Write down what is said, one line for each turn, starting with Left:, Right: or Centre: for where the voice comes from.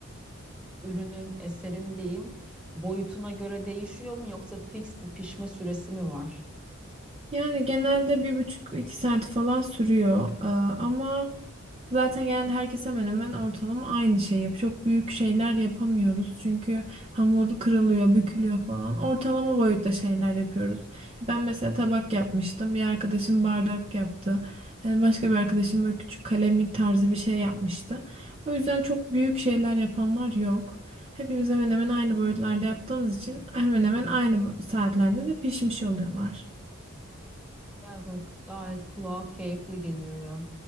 Centre: ürünün, eserin diyeyim boyutuna göre değişiyor mu yoksa fix bir pişme süresi mi var?
Right: Yani genelde bir buçuk iki saat falan sürüyor. Ee, ama zaten genelde herkes hemen hemen ortalama aynı şey yap. Çok büyük şeyler yapamıyoruz. Çünkü hamur kırılıyor, bükülüyor falan. Ortalama boyutta şeyler yapıyoruz. Ben mesela tabak yapmıştım. Bir arkadaşım bardak yaptı. Ee, Başka bir arkadaşım böyle küçük kalemlik tarzı bir şey yapmıştı. O yüzden çok büyük şeyler yapanlar yok. Hepimiz hemen hemen aynı boyutlarda yaptığımız için hemen hemen aynı bu- saatlerde de pişmiş oluyorlar.
Centre: Evet, gayet kulağa keyifli geliyor ya.